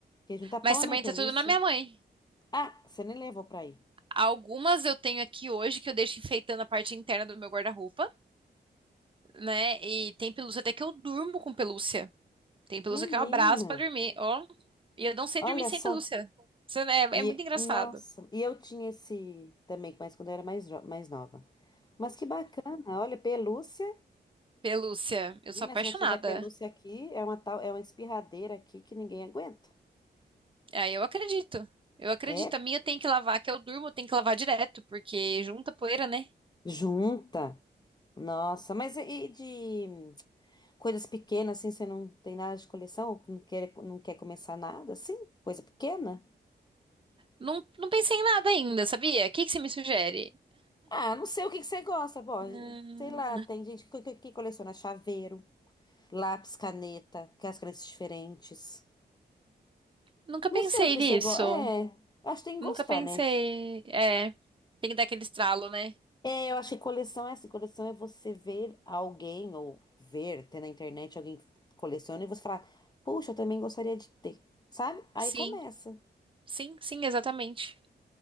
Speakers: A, on the left (about 25°); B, on the right (about 30°).
A: Que juntar
B: Mas
A: pó,
B: também
A: né?
B: tá
A: Pelúcia.
B: tudo na minha mãe.
A: Ah, você nem levou pra aí.
B: Algumas eu tenho aqui hoje que eu deixo enfeitando a parte interna do meu guarda-roupa, né? E tem pelúcia até que eu durmo com pelúcia. Tem pelúcia
A: Menina,
B: que eu abraço pra dormir, ó. E eu não sei
A: olha
B: dormir sem
A: só.
B: pelúcia. Isso É,
A: E,
B: é muito engraçado.
A: nossa, e eu tinha esse também, mas quando eu era mais, jo- mais nova. Mas que bacana, olha, pelúcia.
B: Pelúcia, eu
A: Menina,
B: sou apaixonada.
A: se eu tiver pelúcia aqui, é uma tal, é uma espirradeira aqui que ninguém aguenta.
B: Aí eu acredito. Eu acredito.
A: É,
B: A minha eu tenho que lavar, que eu durmo, eu tenho que lavar direto, porque junta poeira, né?
A: junta. Nossa, mas e e de coisas pequenas, assim, você não tem nada de coleção? Não quer, não quer começar nada, assim? Coisa pequena?
B: Não, não pensei em nada ainda, sabia? O que que você me sugere?
A: Ah, não sei o que que você gosta, bom,
B: Hum,
A: sei lá, tem gente que, que- que coleciona chaveiro, lápis, caneta, que é as cores diferentes.
B: nunca pensei
A: Não sei o que
B: nisso.
A: você gosta. É, acho que tem que
B: Nunca
A: gostar,
B: pensei.
A: né?
B: É, tem que dar aquele estralo, né?
A: É, eu acho que coleção é assim, coleção é você ver alguém ou ver, ter na internet alguém que coleciona e você falar, puxa, eu também gostaria de ter, sabe? Aí
B: Sim,
A: começa.
B: sim, sim, exatamente.